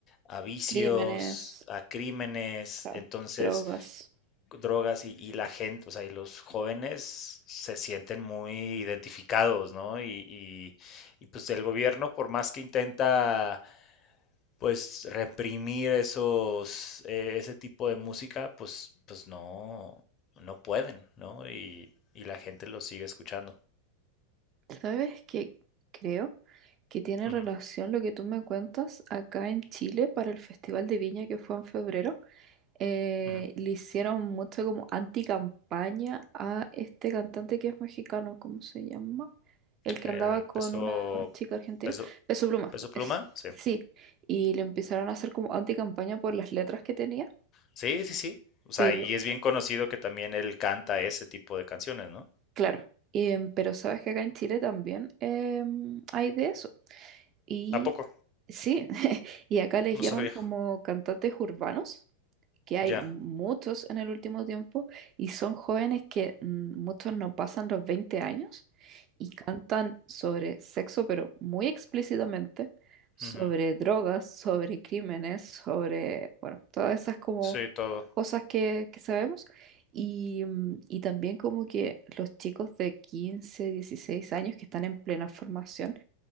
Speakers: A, on the left (about 30°); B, on the right (about 35°).
A: a vicios,
B: Crímenes,
A: a crímenes.
B: claro,
A: Entonces,
B: drogas.
A: drogas y, y la gente, o sea, y los jóvenes se sienten muy identificados, ¿no? Y, y, y pues el gobierno, por más que intenta, pues, reprimir esos, eh, ese tipo de música, pues, pues no, no pueden, ¿no? Y, y la gente lo sigue escuchando.
B: ¿Sabes qué? Creo que tiene
A: Ujú,
B: relación lo que tú me cuentas acá en Chile para el Festival de Viña que fue en febrero. eh,
A: ujú.
B: le hicieron mucho como anticampaña a este cantante que es mexicano, ¿cómo se llama? El que
A: El
B: andaba con
A: peso,
B: una chica argentina,
A: peso,
B: Peso Pluma,
A: peso pluma,
B: es,
A: sí.
B: sí, y le empezaron a hacer como anticampaña por las letras que tenía,
A: Sí, sí, sí. O sea,
B: pero
A: y es bien conocido que también él canta ese tipo de canciones, ¿no?
B: claro, em, pero sabes que acá en Chile también em, hay de eso, y
A: ¿A poco?
B: sí, <laughs> y acá les
A: No
B: llaman
A: sabía.
B: como cantantes urbanos que hay
A: Ya.
B: muchos en el último tiempo y son jóvenes que mm, muchos no pasan los 20 años y cantan sobre sexo, pero muy explícitamente, sobre
A: Ujú.
B: drogas, sobre crímenes, sobre, bueno, todas esas como
A: Sí, todo.
B: cosas que, que sabemos. Y, mm, y también como que los chicos de 15 16 años que están en plena formación